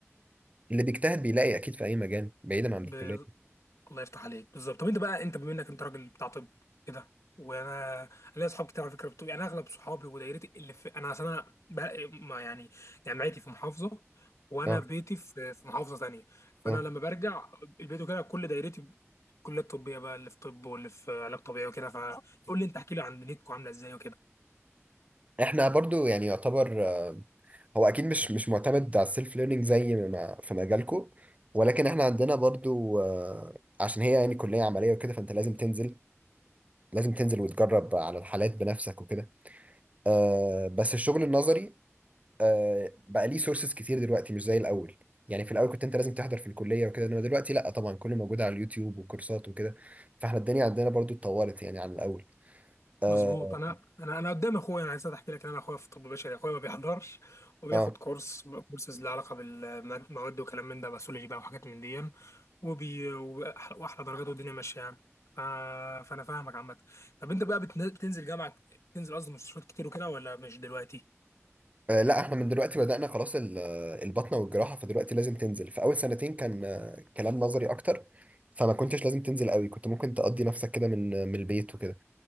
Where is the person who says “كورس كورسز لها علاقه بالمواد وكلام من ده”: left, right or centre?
Left